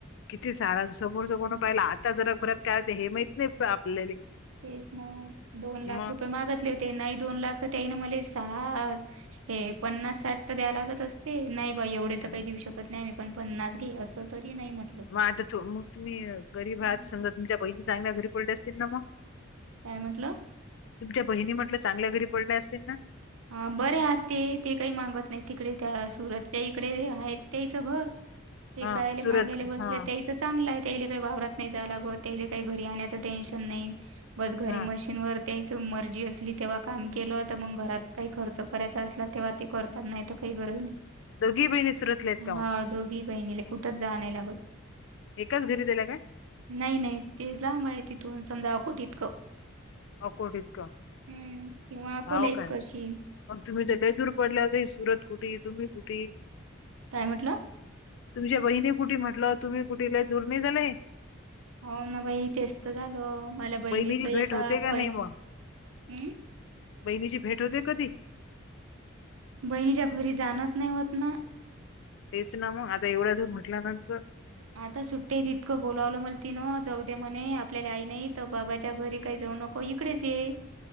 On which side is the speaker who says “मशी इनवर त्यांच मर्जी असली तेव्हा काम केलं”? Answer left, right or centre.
Right